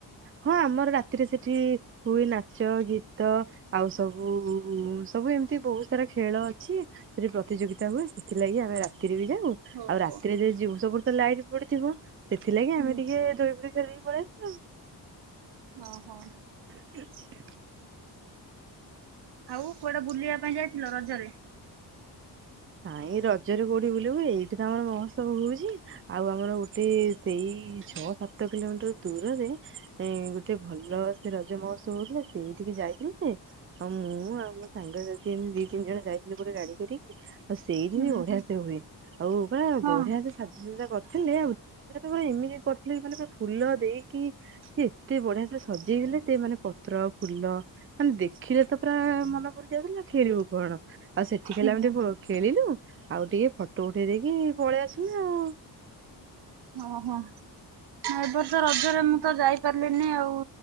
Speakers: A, on the right; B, on the right.
A: ହଁ ଆମର ରାତିରେ ସେଠି ହୁଏ ନାଚ ଗୀତ ଆଉ ସବୁ ସବୁ ଏମିତି ବହୁତ ସାରା ଖେଳ ଅଛି। ସେଠି ପ୍ରତିଯୋଗିତା ହୁଏ ସେଥିଲାଗି ଆମେ ରାତିରେ ବି ଯାଉ। ଆଉ
B: ଓହୋ
A: ରାତିରେ ଯ ଜଉଁ ସବୁ ତ ଲାଇଟ୍ ପଡି଼ଥିବ ସେଥିଲାଗି
B: ହୁଁ।
A: ଆମେ ଟିକେ ଦୋଳି ଫୋଳି ଫେରିକି ପଳେଇଆସିଲ।
B: ଓହୋ।
A: <inaudible>
B: ଆଉ କୁଆଡ଼େ ବୁଲିବା ପାଇଁ ଯାଇଥିଲ ରଜରେ?
A: ନାଇଁ ରଜରେ କୋଉଠି ବୁଲିବୁ ଏଇଠି ତ ଆମର ମସ୍ତ ହଉଚି। ଆଉ ଆମର ଗୋଟେ ସେଇ ଛଅ ସାତ କିଲୋମିଟର ଦୂରରେ ଗୋଟେ ଭଲ ସେ ରଜ ମହୋତ୍ସ ହଉଥିଲା ସେଇ ଠିକି ଯାଇଥିଲୁ ଯେ ହଁ ମୁଁ ଆଉ ମୋ ସାଙ୍ଗସାଥି ଏମତି ଦି ତିନି ଜଣ ଯାଇଥିଲୁ ଗୋଟେ ଗାଡି଼ କରିକି। ଆଉ ସେଇଠି
B: ହୁଁ
A: ବି ବଢିଆ
B: ହୁଁ
A: ସେ ହୁଏ ଆଉ ବା
B: ହଁ
A: ବଢିଆ ସେ ସାଜାସଜା କରିଥିଲେ ଆଉ। ସେ ତ ପୁରା ଏମିତି କରିଥିଲେ ମାନେ ଫୁଲ ଦେଇକି। ସେ ଏତେ ବଢିଆ ସେ ସଜେଇଥିଲେ ସେ ମାନେ ପତ୍ର ଫୁଲ ମାନେ ଦେଖିଲେ ତ ପୁରା ମନ ପୁରୀଯାଉଥିଲା ଖେଳିବୁ କଣ ଆଉ ସେଠିକି
B: ହୁଁ
A: ହେଲେ ଆମେ ଟିକେ। ଖେଳିଲୁ ଆଉ ଟିକେ ଫଟୋ ଉଠେଇ ଦେଇେଇକି ପଳେଇ ଆସିଲୁ ଆଉ।
B: ଓହୋ।। ଏବର୍ଷ ରଜରେ ମୁଁ ତ ଯାଇପାରିଲିନି ଆଉ